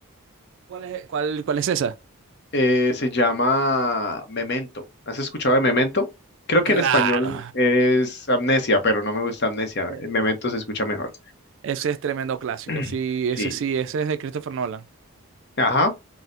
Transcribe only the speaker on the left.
Eh, se llama Memento. ¿Has escuchado de Memento? Creo que
en español es Amnesia, pero no me gusta Amnesia.
Eh, Memento se escucha mejor.
<clears throat>
Sí.
Ajá.